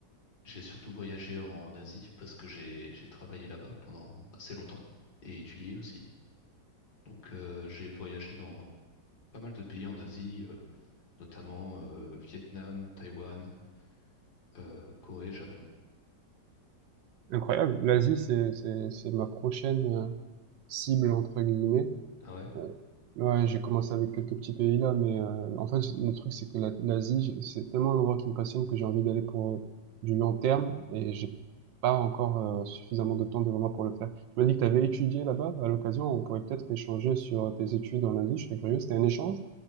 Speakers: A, on the left; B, on the right.
A: j'ai surtout voyagé en Asie parce que j'ai j'ai travaillé là-bas pendant assez longtemps et étudié aussi. Donc, euh, j'ai voyagé dans pas mal de pays en Asie, euh, notamment euh, Vietnam, Taïwan, euh, Corée, Japon.
B: Incroyable. L'Asie, c'est, c'est, c'est ma prochaine. euh, cible entre guillemets.
A: Ah ouais?
B: Euh, ouais, j'ai commencé avec quelques petits pays là, mais euh, en fait le truc c'est que la- l'Asie, j'ai- c'est tellement un endroit qui me passionne que j'ai envie d'aller pour euh, du long terme et j'ai pas encore euh, suffisamment de temps devant moi pour le faire. Tu m'as dit que tu avais étudié là-bas. À l'occasion, on pourrait peut-être échanger sur tes études en Asie. Je serais curieux. C'était un échange?